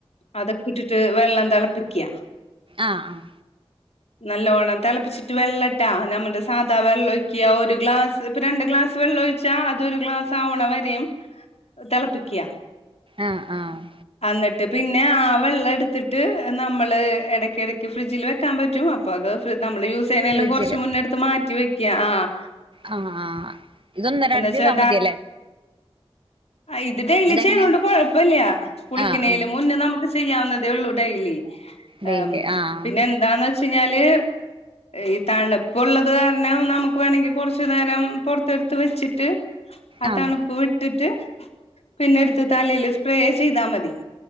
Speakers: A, on the left (about 85°); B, on the right (about 55°).
A: അതൊക്കെ ഇട്ടിട്ട് വെള്ളം തിളപ്പിക്ക്
B: ആഹ് ആഹ്
A: നല്ലോണ്ണം തിളപ്പിച്ചിട്ട് വെള്ളട്ടാ ഞമ്മടെ സാധാ വെള്ള ഒഴുക്കിയ ഒര് ഗ്ലാസ് ഇപ്പ രണ്ട് ഗ്ലാസ് വെള്ള ഒഴിച്ചാ അതൊരു ഗ്ലാസ് ആവണ വരെയും തെളപ്പിക്ക്.
B: ആഹ് ആഹ്
A: അന്നിട്ട് പിന്നാ ആ വെള്ളം എടുത്തിട്ട് നമ്മള് എടക്ക് എടക്ക് ഫ്രിഡ്ജിൽ വെ ക്കാൻ പറ്റും അപ്പൊ അത് ഫ്രി നമ്മള് യൂസ് ചെയ്യുന്നേലും
B: ഫ്രിഡ്ജില്
A: കൊറച്ച് മുന്നെ എടുത്ത് മാറ്റി വെക്കിയാ ആഹ്
B: ആഹ് ആഹ് ഇതൊന്നരാടം
A: വെച്ചാ
B: ചെയ്താ മതി അല്ലേ?
A: അയ് ഇത് ഡെയിലി
B: അതെങ്ങനെ
A: ചെയ്യുണോണ്ട് കൊഴപ്പല്ല, കുളിക്കിനേലും
B: ആഹ് ആഹ്
A: മുന്നേ നമുക്ക് ചെയ്യാവുന്നതേ ഒള്ളൂ ഡെയ്ലി
B: ഡെയിലി
A: ആം
B: ആഹ്
A: പിന്നെ എന്താന്ന് വെ ച്ച് കഴിഞ്ഞാല് ഈ തണുപ്പ് ഉള്ളത് കാരണം നമുക്ക് വേണങ്കി കൊറ ച്ച് നേരം പൊറത്തെടുത്ത് വെച്ചിട്ട് ആ
B: ആഹ്
A: തണുപ്പ് വി ട്ടിട്ട് പിന്നെ എടുത്ത് തലേല് സ്പ്രേ ചെയ്താ മതി.